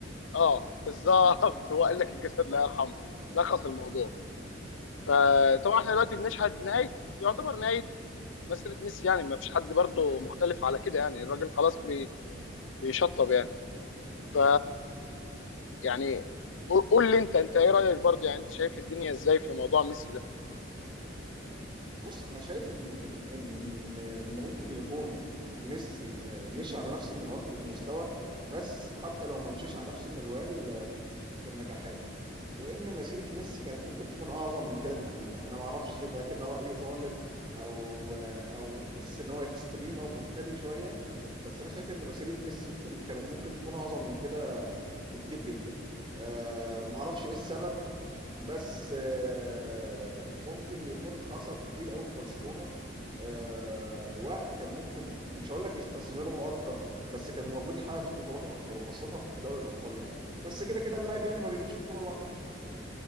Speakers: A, on the left (about 85°); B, on the right (about 25°).
A: اه بالظبط <laughs> هو قال لك الجسد لا يرحم
B: مم.
A: لخص
B: مم.
A: الموضوع فطبعا احنا دلوقتي بنشهد نهايه يعتبر نهايه مسيره ميسي يعني ما فيش حد برضه مختلف على كده يعني الراجل خلاص بي بيشطب يعني ف
B: مم.
A: يعني قول لي انت انت ايه رايك برضه يعني انت شايف الدنيا ازاي في موضوع ميسي ده
B: بص انا شايف ان ان ان ان ممكن يكون ميسي آه، مشي على نفس المنوال في المستوى بس حتى لو ما مشيش على نفس المنوال آه، في النجاحات وان مسيره ميسي كانت ممكن تكون اعظم من كده بكتير انا ما اعرفش ده كده راي ظالم او آه، او تحس ان هو اكستريم او مفتري شويه بس انا شايف ان مسيره ميسي ممكن كانت ممكن تكون اعظم من كده بكتير جدا آه، ما اعرفش ايه السبب بس آه، ممكن يكون حصل كتير قوي في برشلونة آه، وقت كان ممكن مش هقول لك يستثمروا اكتر بس كان المفروض يحقق فيه بطولات اكتر وخاصة في دوري الابطال يعني بس كده كده اللاعب يعني ما بيجيبش بطولة لوحده